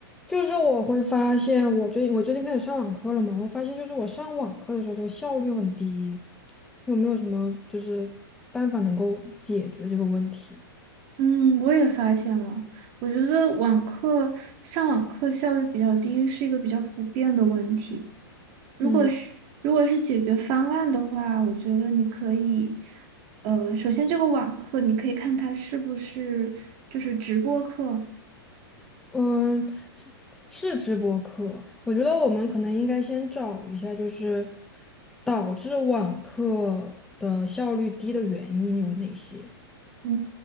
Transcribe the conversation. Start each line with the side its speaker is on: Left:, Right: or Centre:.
Centre: 就是我会发现，我最近我最近开始上网课了嘛，我发现就是我上网课的时候，这个效率很低。有没有什么就是办法能够解决这个问题？
Right: 嗯，我也发现了，我觉得网课上网课效率比较低是一个比较普遍的问题。如果是如果是解决方案的话，
Centre: 嗯
Right: 我觉得你可以，呃，首先这个网课你可以看它是不是就是直播课，
Centre: 嗯，是是直播课，我觉得我们可能应该先找一下，就是导致网课的效率低的原因有哪些。
Right: 嗯，